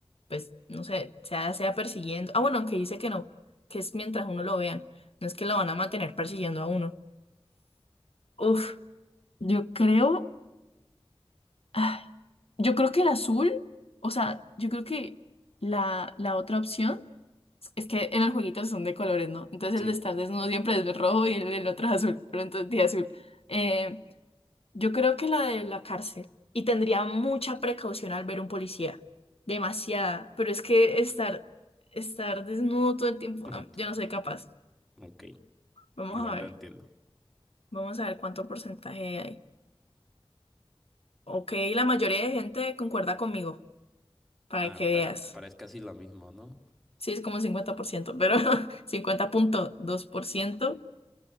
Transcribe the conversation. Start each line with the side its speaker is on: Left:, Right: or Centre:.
Left: pues, no sé, sea, sea persiguiendo. Ah, bueno, aunque dice que no, que es mientras uno lo vean. No es que lo van a mantener persiguiendo a uno. Uf, yo creo, ay, yo creo que el azul, o sea, yo creo que la, la otra opción es que en el jueguito son de colores, ¿no? Entonces
Centre: sí.
Left: el de estar desnudo siempre es rojo y el, el otro es azul, pero entonces de azul. Eh, Yo creo que la de la cárcel. Y tendría mucha precaución al ver un policía. Demasiada. Pero es que estar, estar desnudo todo el tiempo,
Centre: <laughs>
Left: ah, yo no soy capaz.
Centre: Ok,
Left: Vamos
Centre: igual
Left: a ver.
Centre: lo entiendo.
Left: Vamos a ver cuánto porcentaje hay. Ok, la mayoría de gente concuerda conmigo, para
Centre: Ah,
Left: que veas.
Centre: pero, pero es casi lo mismo, ¿no?
Left: Sí, es como un 50%, pero <laughs> cincuenta punto dos por ciento